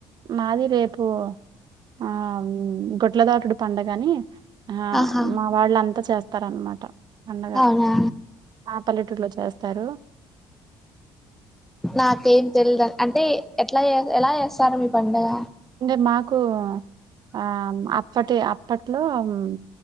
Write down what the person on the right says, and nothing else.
మాది రేపు ఆ గొట్లదాటుడు పండగని ఆ
మావాళ్ళు అంతా చేస్తారన్నమాట పండగ
ఆ పల్లెటూరులో చేస్తారు
అంటే మాకు ఆ అప్పటి అప్పట్లో హ్మ్